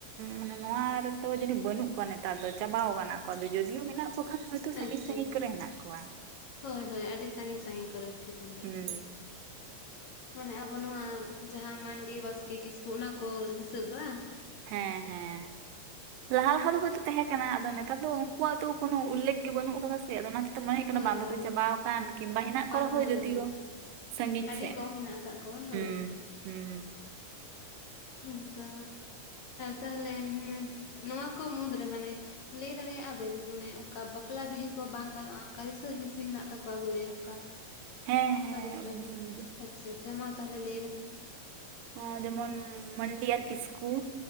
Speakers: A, on the right; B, on the left.
A: ᱢᱟᱱᱮ ᱱᱚᱣᱟ ᱨᱮᱫᱚ ᱡᱟᱹᱱᱤᱡ ᱵᱟᱹᱱᱩᱜ ᱠᱚᱣᱟ ᱱᱮᱛᱟᱨ ᱫᱚ ᱪᱟᱵᱟᱣ ᱠᱟᱱᱟ ᱠᱚ ᱡᱚᱫᱤᱭᱳ ᱢᱮᱱᱟᱜ ᱠᱚ ᱠᱷᱟᱱ ᱦᱚᱭᱛᱚ
B: ᱟᱪᱪᱷᱟ
A: ᱥᱟᱺᱜᱤᱧ ᱥᱟᱺᱜᱤᱧ
B: ᱟᱪᱪᱷᱟ
A: ᱠᱚᱨᱮ ᱦᱮᱸᱱᱟᱜ ᱠᱚᱣᱟ᱾
B: ᱦᱳᱭ ᱦᱳᱭ ᱟᱹᱰᱤ ᱥᱟᱹᱜᱤᱧ ᱥᱟᱹᱜᱤᱧ ᱠᱚᱨᱮ ᱴᱷᱤᱠ ᱵᱤᱱ ᱞᱟᱹᱭ
A: ᱦᱩᱸ
B: ᱠᱮᱫᱟ᱾ ᱢᱟᱱᱮ ᱟᱵᱚ ᱱᱚᱣᱟ ᱡᱟᱦᱟᱸ ᱢᱟᱱᱰᱤ ᱵᱟᱥᱠᱮ ᱠᱤᱥᱠᱩ ᱚᱱᱟ ᱠᱚ ᱦᱤᱥᱟᱹᱵ ᱫᱚ ᱵᱟᱝ?
A: ᱦᱮᱸ ᱦᱮᱸ ᱞᱟᱦᱟ ᱞᱟᱦᱟ ᱫᱚ ᱦᱚᱭᱛᱚ ᱛᱟᱦᱮᱸ ᱠᱟᱱᱟ ᱟᱫᱚ ᱱᱮᱛᱟᱨ ᱫᱚ ᱩᱝ ᱩᱱᱠᱩᱣᱟᱜ ᱫᱚ ᱠᱚᱱᱚ ᱩᱞᱮᱠᱷ ᱜᱮ ᱵᱟᱹᱱᱩᱜ ᱟᱠᱟᱫᱟ ᱥᱮ ᱚᱱᱟ ᱛᱮ ᱢᱚᱱᱮ ᱦᱩᱭᱩᱜ
B: ᱦᱳᱭ
A: ᱠᱟᱱᱟ ᱵᱟᱝ ᱫᱚᱠᱚ
B: ᱦᱳᱭ
A: ᱪᱟᱵᱟᱣᱟᱠᱟᱱ ᱠᱤᱝᱵᱟ ᱦᱮᱱᱟᱜ
B: ᱵᱟᱝ
A: ᱠᱚ ᱨᱮᱦᱚᱸ
B: ᱦᱳᱭ
A: ᱡᱚᱫᱤᱭᱳ
B: ᱦᱳᱭ
A: ᱥᱟᱺᱜᱤᱧ
B: ᱟᱹᱰᱤ
A: ᱥᱮᱫ
B: ᱠᱚᱢ ᱦᱮᱱᱟᱜ ᱟᱠᱟᱜ ᱠᱚᱣᱟ ᱦᱳᱭ
A: ᱦᱩᱸ ᱦᱩᱸ᱾
B: ᱦᱚᱭ ᱛᱚ ᱛᱟᱦᱚᱞᱮ ᱱᱚᱣᱟ ᱠᱚ ᱢᱩᱫᱽ ᱨᱮ ᱢᱟᱱᱮ ᱞᱟᱹᱭ ᱫᱟᱲᱮᱭᱟᱜ-ᱟ ᱵᱤᱱ ᱢᱟᱱᱮ ᱚᱠᱟ ᱵᱟᱯᱞᱟ ᱵᱤᱦᱟᱹ ᱠᱚ ᱵᱟᱝ ᱜᱟᱱᱚᱜ-ᱟ ᱚᱱᱠᱟ ᱨᱤᱥᱟᱹ ᱦᱤᱸᱥᱤ ᱦᱮᱱᱟᱜ ᱛᱟᱠᱚᱣᱟ ᱵᱚᱞᱮ ᱚᱱᱠᱟ᱾
A: ᱦᱮᱸ ᱦᱮᱸ
B: ᱯᱟᱨᱤᱥ ᱯᱟᱨᱤᱥ
A: ᱚᱱᱟᱜᱮ᱾
B: ᱟᱪᱪᱷᱟ ᱟᱪᱪᱷᱟ ᱢᱟ ᱛᱟᱦᱚᱞᱮ ᱞᱟᱹᱭ ᱵᱤᱱ ᱥᱮ᱾
A: ᱦᱟᱸ ᱡᱮᱢᱚᱱ ᱢᱟᱱᱰᱤ ᱟᱨ ᱠᱤᱥᱠᱩ